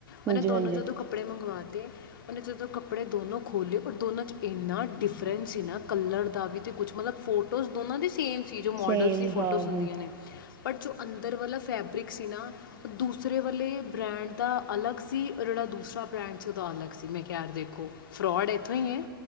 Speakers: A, on the right; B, on the left.
A: ਹਾਂਜੀ
B: ਉਹਨੇ ਦੋਨੋ
A: ਹਾਂਜੀ
B: ਜਦੋਂ ਕੱਪੜੇ ਮੰਗਵਾ ਤੇ ਉਹਨੇ ਜਦੋਂ ਕੱਪੜੇ ਦੋਨੋ ਖੋਲ੍ਹੇ ਔਰ ਦੋਨਾਂ ਚ ਇੰਨਾ ਡਿਫਰੈਂਸ ਸੀ ਨਾ ਕਲਰ ਦਾ ਵੀ ਤੇ ਕੁਛ ਮਤਲਬ ਫੋਟੋਜ਼ ਦੋਨਾਂ ਦੀ ਸੇਮ ਸੀ ਕਿ ਜੋ ਮੋਡਲਸ
A: ਸੇਮ
B: ਦੀ ਫੋਟੋਜ਼
A: ਹਾਂ ਹਮ
B: ਹੁੰਦੀਆਂ ਨੇ, ਪਰ ਜੋ ਅੰਦਰ ਮੇਰਾ ਮਤਲਬ ਫੈਬਰਿਕ ਸੀ ਨਾ ਦੂਸਰੇ ਵਾਲੇ ਬ੍ਰੈਂਡ ਦਾ ਅਲੱਗ ਸੀ, ਜਿਹੜਾ ਦੂਸਰਾ ਬ੍ਰੈਂਡ ਸੀ ਉਹਦਾ ਅਲੱਗ ਸੀ ਮੈਂ ਕਿਹਾ ਐ ਦੇਖੋ, ਫਰੋਡ ਇੱਥੋਂ ਹੀ ਹੈ।